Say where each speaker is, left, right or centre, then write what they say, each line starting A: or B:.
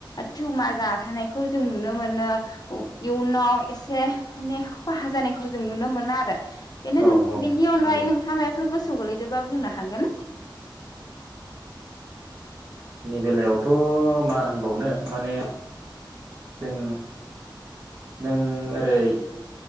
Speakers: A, on the left; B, on the right.
A: टिउमार जाना थानायखौ जों नुनो मोनो इयुनाव एसे माने खहा जानायखौ जों नुनो मोनो आरो बेनो
B: औ औ
A: बिनि अनगायै
B: नंगौ
A: नोंथां मा फोर गोसोआव गोलैदोंबा बुंनो हागोन।
B: नि बेलायावथ' मा होनबावनो माने जों नों ओरै